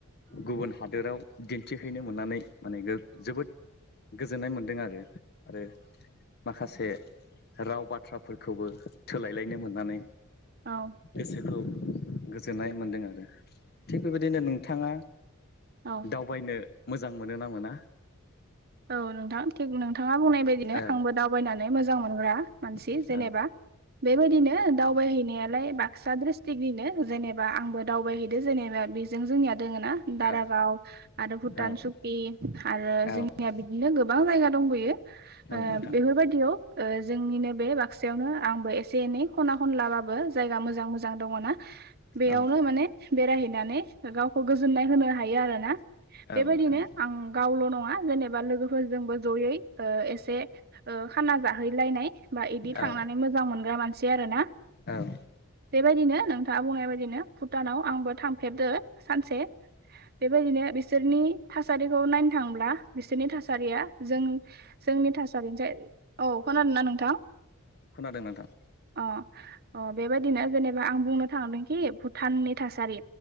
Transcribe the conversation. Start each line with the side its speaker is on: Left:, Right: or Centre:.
Left: गुबुन हादोराव दिन्थिहैनो मोननानै माने जोबोद गोजोननाय मोनदों आरो आरो माखासे राव बाथ्राफोरखौबो थोलायलायनो मोननानै
Right: औ
Left: गोसोखौ गोजोननाय मोनदों आरो। थिग बेबायदिनो नोंथाङा
Right: औ
Left: दावबायनो मोजां मोनो ना मोना?
Right: औ नोंथां थिग नोंथाङा बुंनाय बायदिनो
Left: औ
Right: आंबो दावबायनानै मोजां मोनग्रा मानसि
Left: औ
Right: जेनेबा बेबायदिनो दावबायहैनायालाय बाक्सा डिस्ट्रिकनिनो जेने बा आंबो दावबायहैदो जेनेबा बेजों जोंनिया दोङोना दारागाव
Left: औ
Right: आरो भुटान
Left: औ
Right: चुकि आरो
Left: औ
Right: जों बिदिनो गोबां जायगा दंबयो ओ
Left: औ नोंथां
Right: बेफोरबायदियाव ओ जोंनिनो बे बाक्सायावनो आं एसे एनै खना खनलाबाबो जायगा मोजां मोजां दङना बेयावनो
Left: औ
Right: माने बेरायहै हैनानै गावखौ गोजोन्नाय होनो हायो आरोना
Left: औ
Right: बेबायदिनो
Left: नोंथां
Right: आं गावल' नङा जेनेब बा लोगोफोरजोंबो ज'यै ओ एसे ओ खाना जाहैलायनाय बा बिदि थांनानै
Left: औ
Right: मो मोजां मोनग्रा मानसि आरो ना।
Left: औ
Right: बेबायदिनो नोंथाङा बुंनाय बायदिनो भुटानाव आंबो थांफेरदो सानसे बेबायदिनो बिसोरनि थासारिखौ नायनो थांब्ला बिसोरनि थासारिया जों जोंनि थासारिनिसाय। औ खोनादों ना नोंथां?
Left: दों नाथां।
Right: अ अ बेबायदिनो जेनेबा आं बुंनो थांदोंखि भुटाननि थासारि